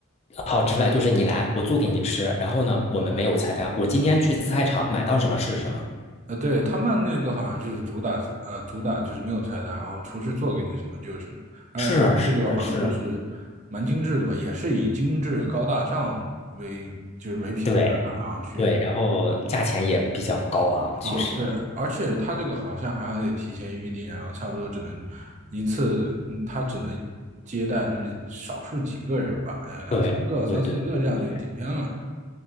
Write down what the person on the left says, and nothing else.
好直白，就是你来，我做给你吃。然后呢，我们没有菜单，我今天去菜场买到什么是什么。
是是是，
对
对，然后价钱也比较高昂，
确实。
对对对，
是